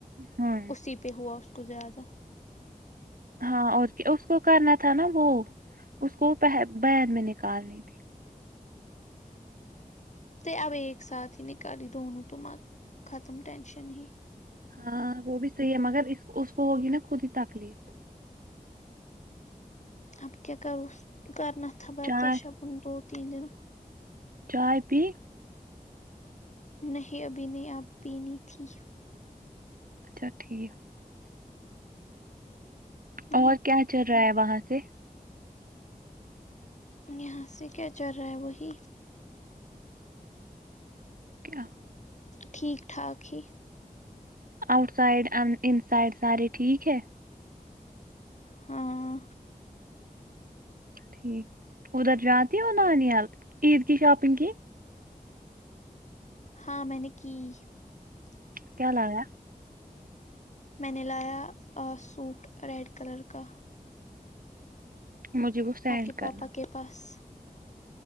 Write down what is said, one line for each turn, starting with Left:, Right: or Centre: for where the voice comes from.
Right: ہاں
Left: اسی پہ ہوا <unintelligible> کو زیادہ <unintelligible>
Right: ہاں اور اس کو کرنا تھا نا وہ اس کو بیر میں نکالنی تھی
Left: ت اب ایک ساتھ ہی نکالی دونوں تو م ختم ٹشن ہی
Right: ہاں وہ بھی صحیح ہے مگر اس <unintelligible> اس کو ہوگی نا خود ہی تکلیف
Left: اب <unintelligible> ک کیا کرو کرن تھاا برداشپن
Right: چائے
Left: دوت <unintelligible> ت ج نا <unintelligible>
Right: چائے پی <unintelligible>
Left: نہیں ابھی نے آپ پینی تھی
Right: اچھا ٹھیک ہے <unintelligible>
Left: ہ
Right: اور کیا چل رہا ہے وہاں سے سے <unintelligible>
Left: یہاں سے کیا چل رہا ہے وہی
Right: کیا <unintelligible>
Left: ٹھیک ٹھاک ہی
Right: آؤٹ سائڈ ا ان سائڈ سارے ٹھیک ہے
Left: ہاں
Right: ٹھیک ادھر جا ت ہو نانیال عید کی شاپنگ کی
Left: ہاں میں نے کی <unintelligible>
Right: کیاالگا
Left: میں نے لایا سوٹ ریڈ کلر کا
Right: مجھے وہ سینڈ
Left: آپ کے پاپا
Right: کرنا
Left: کے پاس <unintelligible>